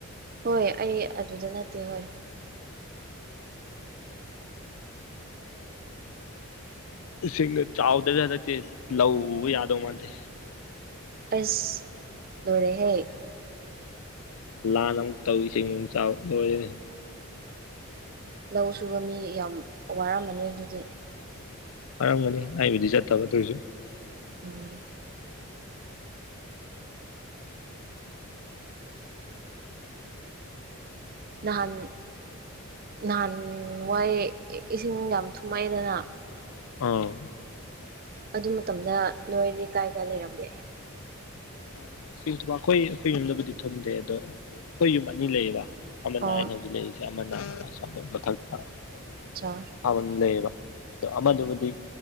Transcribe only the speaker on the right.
ꯍꯣꯏ ꯑꯩ ꯑꯗꯨꯗ ꯅꯠꯇꯦ ꯍꯣꯏ
ꯑꯁ ꯗꯔꯦ ꯍꯥꯏꯦ
ꯂꯧ ꯁꯨꯕ ꯃꯤ ꯌꯥꯝ ꯋꯥꯔꯝꯝꯕꯅꯤ ꯑꯗꯨꯗꯤ
ꯎꯝ ꯅꯍꯥꯟ ꯅꯍꯥꯟ ꯋꯥꯏ ꯏꯁꯤꯡ ꯌꯥꯝ ꯊꯨꯝꯃꯛꯑꯗꯅ
ꯑꯗꯨ ꯃꯇꯝꯅ ꯅꯣꯏꯗꯤ ꯀꯥꯏ ꯀꯥꯏ ꯂꯩꯔꯝꯒꯦ
ꯑꯣ
ꯑꯠꯆꯥ
ꯎꯝ